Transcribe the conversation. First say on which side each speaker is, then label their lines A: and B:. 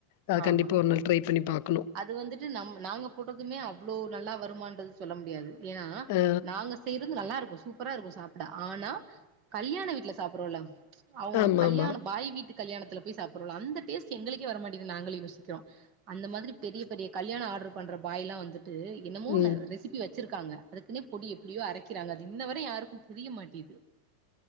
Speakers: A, on the left (about 55°); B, on the right (about 45°).
A: அத
B: ஆமா
A: கண்டிப்ப ஒரு நாள் ட்ரை பண்ணி பாக்
B: அது வந்துட்டு நம் நாங்க போடுறதுமே அவ்வளவு நல்லா வருமான்றது சொல்ல முடியாது ஏனா
A: அ
B: நாங்க செய் இதுநல்லா இருக்கு சூப்பரா இருக்கும் சாப்பிட ஆனா கல்யாண வீட்டுல சாப்ரோல அவ்ங்க
A: ஆமா
B: கல்யாணோ
A: ஆமா
B: பாய் வீட்டுக்கு கல்யாணத்துல போய் சாப்புறோல அந்தடேஸ்டு எங்களுக்கே வரமாட் இது நாங்களெ யோசிக்கிறோ அந்த மாதிரி பெரிய பெரிய கல்யணம் ஆர்டரு பண்ற வாயில்லா வந்துட் ன்டு என்னமோ
A: ம்
B: நா ரெசிபி வச் வச்சுருக்காங்க அதுக்குனே பொடி எப்டியோ அரைக்கிறாங்க அது இன்னவரை யாருக்குபுரிய மாட்